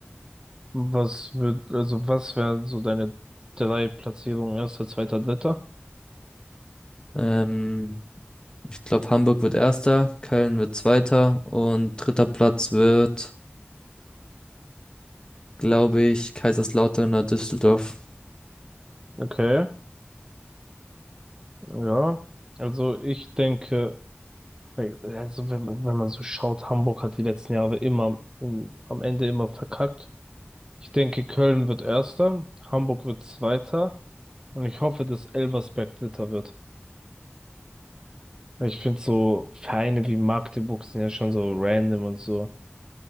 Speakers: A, on the right; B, on the left.
A: Was wird, also was wären so deine drei Platzierungen, erster, zweiter, dritter?
B: Ähm, ich glaube, Hamburg wird Erster, Köln wird Zweiter und dritter Platz wird, glaube ich, Kaiserslautern oder Düsseldorf.
A: Okay, ja. Also ich denke, also wenn, man- wenn man so schaut, Hamburg hat die letzten Jahre immer am am Ende immer verkackt. Ich denke, Köln wird Erster, Hamburg wird Zweiter und ich hoffe, dass Elversberg Dritter wird. Weil Ich finde so Vereine wie Magdeburg sind ja schon so random und so.